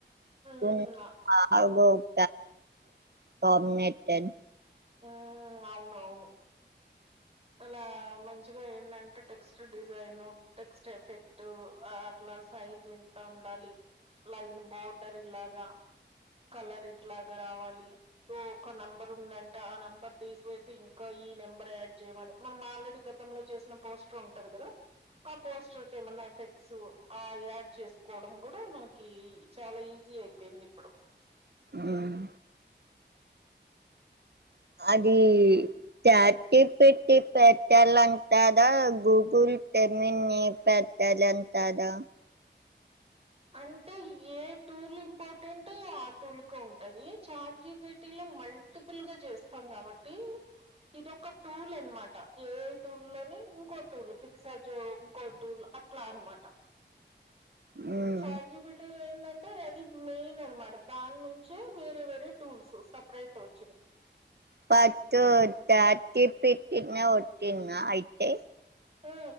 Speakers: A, on the right; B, on the right.
A: హ్మ్.
B: ఒ <unintelligible>
A: ఆ!
B: కాంబినేషన్
A: హ అవును అవును అలా మంచిగా ఏందంటే టెక్స్ట్ డిజైన్ టెక్స్ట్ ఎఫెక్ట్ అట్లా సైజ్ ఎంత ఉండాలి లైన్ బోర్డర్ ఇలాగా కలర్ ఇట్లాగా రావాలి ఓ ఒక నెంబర్ ఉందండి ఆ నెంబర్ తీసివేసి ఇంకా ఈ నెంబర్ యాడ్ చేయమని మనం ఆల్రెడీ గతంలో చేసిన పోస్టర్ ఉంటది ఆ పోస్టర్ ఏమన్నా ఎఫెక్ట్స్ ఆ యాడ్ చేసుకోవడం కూడా మనకి చాలా ఈజీ అయిపోయింది ఇప్పుడు
B: హుమ్ అది చాటి పెట్టి పెట్టాల అంటదా గూగుల్ టేమిని పె తెలంతద <inaudible>
A: అంటే ఏ టూల్ ఇంపార్టెంట్ ఆ టూల్ కు ఉంటది చార్ జీబిటీ లో మల్టిపుల్ గా చేస్తాం కాబట్టి ఇదిొక టూల్ అనమాట ఏ టూల్ లోని ఇంకో టూల్ ఫిక్స్ార్జ్ ఇంకో టూల్ అట్లా అనమాట
B: మ్మ్
A: చాట్ జీపీటీ ఏందంటే అది మెయిన్ అనమాట దాని నుంచే వేరే వేరే టూల్స్ సపరేట్ వచ్చినాయి
B: పతు ఉద్ద తిప్పిటిన్న ఒటిన్న అయితే
A: ఆ